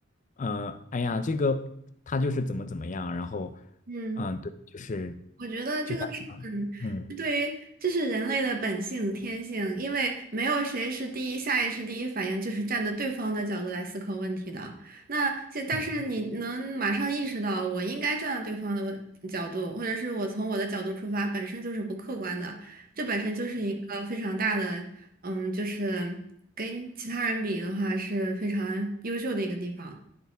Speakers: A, on the left; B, on the right.
A: 嗯，哎呀，这个他就是怎么怎么样，然后，
B: 嗯。
A: 嗯、对，就是
B: 我觉得这个是很，
A: 就像嗯
B: 是对于这是人类的本性天性，因为没有谁是第一下意识第一反应就是站在对方的角度来思考问题的。那这但是你能马上意识到我应该站在对方的问角度，
A: 嗯
B: 或者是我从我的角度出发，本身就是不客观的，这本身就是一个非常大的，嗯，就是跟其他人比的话是非常优秀的一个地方。